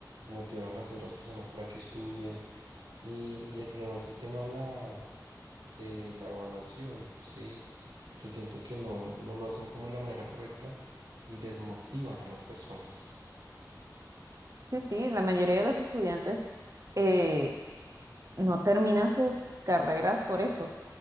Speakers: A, on the right (about 75°); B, on the right (about 45°).
A: motivar a las otras personas para que estudien y, y el problema es el tema de la de la evaluación, ¿sí? Porque siento que no, eh, no lo hacen como de la manera correcta y desmotivan a las personas.
B: Sí, sí, la mayoría de los estudiantes, eh, no terminan sus carreras por eso,